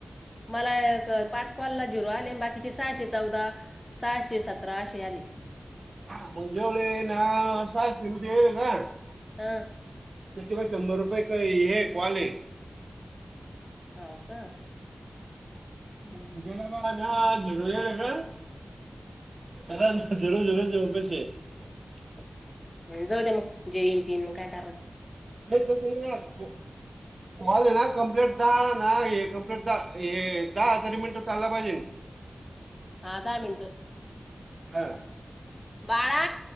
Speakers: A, on the left; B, on the right.
A: मला पाच कॉलला झिरो आले आणि बाकीचे सहाशे चौदा, सहाशे सतरा अशे आले.
B: ब म्हणजेवले ना असा शिव देल का
A: हा.
B: त्या ते प शंभर रुपये का हे कॉलये.
A: होव का. ह
B: ज ना झगर. अर जरूर जरूर ज मकश
A: जाऊ द्या मग जयंती म काटार
B: नाही तस नाही ना कॉल आहे ना कंप्लेंट द ना हे कंप्लीट द दहा हजारी मिनटं चालला पाहिजे.
A: हा. धाहा मिनट.
B: हा.
A: बाळा